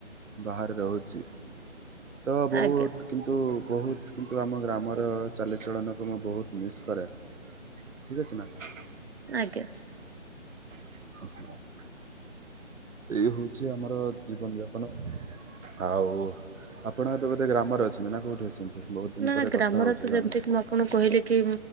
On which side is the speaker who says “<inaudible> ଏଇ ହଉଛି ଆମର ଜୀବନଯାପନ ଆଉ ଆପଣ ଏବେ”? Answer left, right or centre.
Right